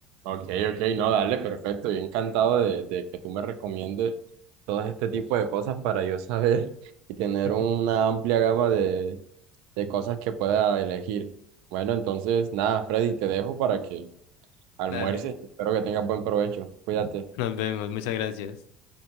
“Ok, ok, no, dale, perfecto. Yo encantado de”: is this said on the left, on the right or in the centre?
Right